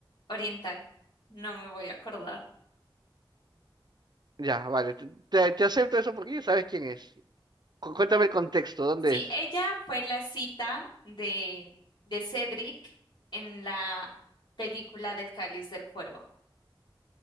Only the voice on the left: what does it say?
oriental. No me voy a acordar.
Sí,
ella fue la cita de, de Cedric en la película del Cáliz del Fuego.